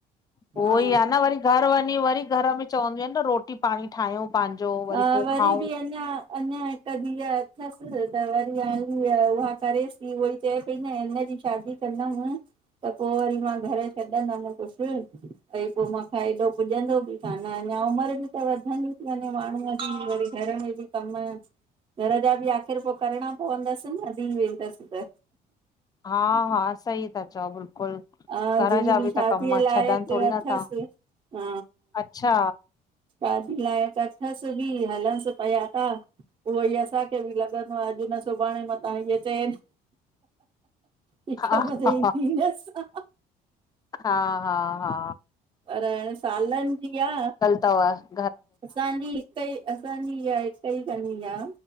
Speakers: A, on the left; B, on the right.
A: उहो
B: हा
A: ई आ न वरी घर वञी वरी घर में चवंदी आहिनि न रोटी पाणी ठाहियूं पंहिंजो वरी
B: हा
A: पोइ खाऊं
B: बि अञा अञा हिकु धीह अथसि त वरी आ उहा करेस उह चए पई न इजी शादी कंदमि त पोइ वरी मां घरु छॾंदमि कुझु भई पो माखां एॾो पुॼंदो बि कान, अञा उमर बि त वधंदी ती वञे। त, माण्हूं अची, वरी घर में बि कम। घर जा बि आख़िर पो करणा पवंदस न, धी वेंदस त।
A: हा हा, सही ता चौ, बिल् कुल,
B: हा
A: घर
B: धीउ
A: जा बि
B: शादीअ
A: त कम,
B: लाइक़
A: छॾन थोरी
B: अथसि
A: नथा,
B: हा
A: अच्छा!
B: शादी लाइक अथस बि, हलन्स पया था। उहोई असांखे बि लॻंदो आ, अॼ न सुभाणे मतां हीअ चएन। हिक
A: हा
B: ॿ त
A: हा
B: ईंदी, असां
A: हा हा हा
B: पर, सालन जी आ।
A: तव।
B: असांजी, हिकई असांजी इहा हिक ई कंदी आ।